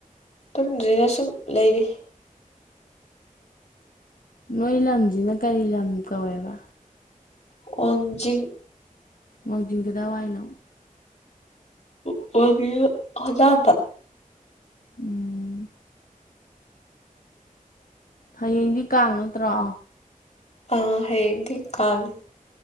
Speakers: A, on the left; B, on the left.
A: ꯇꯨꯝꯗꯔ꯭ꯤꯗ ꯁꯨꯝ ꯂꯩꯔꯤ
B: ꯅꯣꯏ ꯂꯝꯁꯤꯅ ꯀꯔꯤ ꯂꯝ ꯀꯧꯋꯦꯕ
A: ꯋꯥꯡꯖꯤꯡ
B: ꯋꯥꯡꯖꯤꯡ ꯀꯗꯥꯏ ꯋꯥꯏꯅꯣ
A: <unintelligible>
B: ꯎꯝ ꯍꯌꯦꯡꯗꯤ ꯀꯥꯡ ꯅꯠꯇ꯭ꯔꯣ
A: ꯑꯥ ꯍꯌꯦꯡꯗꯤ ꯀꯥꯥꯡꯅꯤ